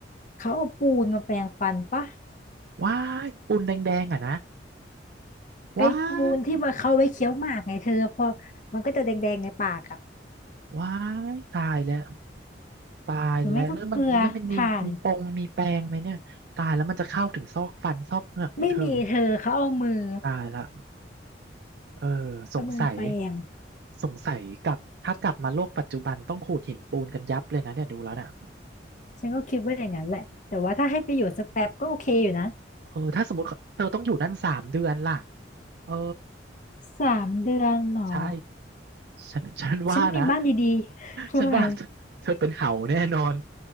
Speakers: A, on the left (about 45°); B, on the right (about 60°).
A: เขาเอาปูนมาแปรงฟันปะ
B: ว้ายปูนแดงๆอ่ะนะ
A: ไอ้ปูนที่มาเขาไว้เคี้ยวหมากไงเธอพอมันก็จะแดงๆในปากอ่ะ
B: ว้าย ว้ายตายแล้วตายแล้วแล้วมันแล้วมันมีมีปงมีแปรงไหมเนี่ยตายแล้วมันจะเข้าถึงซอกฟันซอกเหงือกไหมเธอ
A: หรือไม่ก็เกลือถ่านไม่มีเธอเขาเอามือ
B: ตายละเออสงสัย
A: เอามือแปรง
B: สงสัยกลับถ้ากลับมาโลกปัจจุบันต้องขูดหินปูนกันยับเลยนะเนี่ยดูแล้วเนี่ย
A: ฉันก็คิดว่าอย่างนั้นแหละแต่ว่าถ้าให้ไปอยู่สักแป๊บก็โอเคอยู่นะ
B: เออถ้าสมมติเธอต้องอยู่นั่นสามเดือนล่ะเออ
A: สามเดือนหนอ
B: ใช่ฉันฉันว่านะ
A: ฉันมีบ้านดีๆ <laughs> ว่าไง
B: ฉันว่าเธอเป็นเห่าแน่นอน